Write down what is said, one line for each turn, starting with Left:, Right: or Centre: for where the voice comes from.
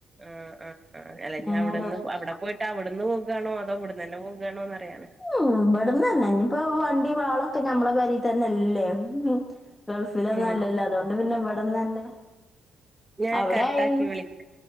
Right: ആഹ്, ആഹ്, ആഹ്, അല്ലെങ്കി
Left: നേരെ
Right: അവിടന്ന്
Left: ഹോസ്പിറ്റൽക്ക്
Right: അവിടെ പോയി, അവ്ട്ന്ന് പോകാണോ, അതോ ഇവ്ട്ന്നെന്നെ പോകാണോന്നറിയാനാ.
Left: ഉം, വട്ന്നെന്നെ. ഞ്ഞിപ്പോ വണ്ടിം ആളൊക്കെ ഞമ്മളെ പെരീ തെന്നെല്ലേ. ഉം ഗൾഫിലൊന്നും
Right: ഉം
Left: അല്ലല്ലോ അതൊണ്ട് പിന്നെ ഇവട്ന്നന്നേ
Right: ഞാൻ
Left: അവിടെ
Right: കട്ടാക്കി
Left: ആയാന്നു
Right: വിളിക്കാ